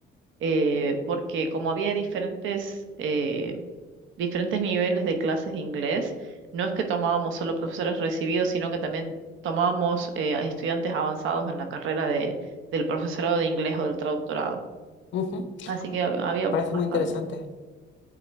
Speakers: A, on the right; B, on the left.
A: eh, porque como había diferentes, eh, diferentes niveles de clases de inglés, no es que tomábamos solo profesores recibidos, sino que también tomábamos eh, a estudiantes avanzados en la carrera de, del profesorado de inglés o del traductorado.
B: ujú.
A: Así que hab- había
B: Me Parece
A: bastante.
B: muy interesante.